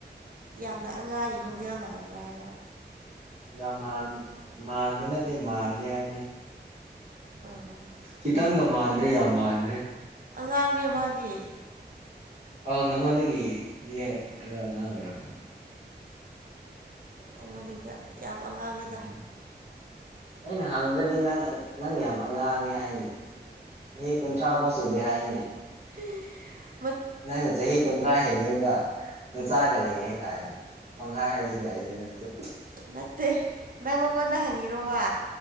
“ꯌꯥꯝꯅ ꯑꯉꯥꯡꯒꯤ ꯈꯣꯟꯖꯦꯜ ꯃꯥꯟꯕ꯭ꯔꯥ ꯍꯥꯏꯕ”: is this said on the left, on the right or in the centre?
Right